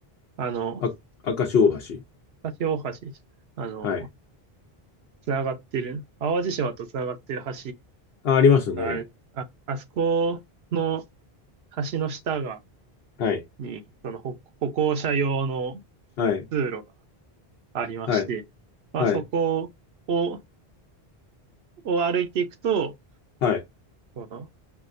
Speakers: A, on the right (about 80°); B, on the left (about 75°).
A: あの、
B: あ、赤潮大橋。
A: かし大橋、あの、
B: はい。
A: つながってる、淡路島とつながってる橋
B: あ、ありますね。
A: がある、あ、あそこの橋の下が、
B: はい。
A: に、その歩、歩行者用の
B: はい。
A: 通路がありまして、
B: はい。
A: まあそこを、
B: はい。
A: を歩いていくと、
B: はい。
A: その